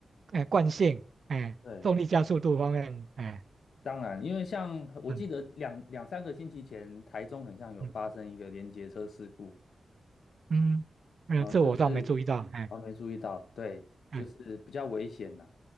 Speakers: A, on the right; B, on the left.
A: 哎惯性，哎，
B: 对，
A: 重力加速度方面，哎，
B: 当然，因为像我记得两两三个星期前，
A: 嗯
B: 台中很像有发生一个连结车事故，
A: 嗯嗯，呃，
B: 哦，
A: 这我倒没注意到，
B: 就是
A: 哎，
B: 我没注意到，对，
A: 对
B: 就是比较危险呐、